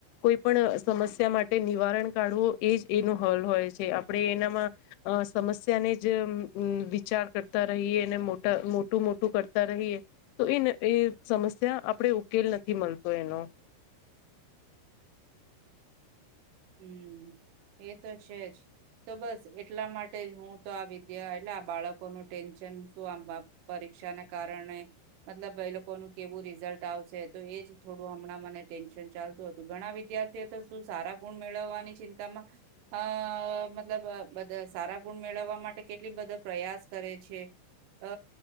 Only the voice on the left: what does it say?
કોઈ પણ સમસ્યા માટે નિવારણ કાઢવું એ જ એનો હલ હોય છે આપણે એનામાં સમસ્યાને જ વિચાર કરતા રહીએ ને મોટ મોટું મોટું કરતા રહીએ તો એ એ સમસ્યા આપણે ઉકેલ નથી મળતો એનો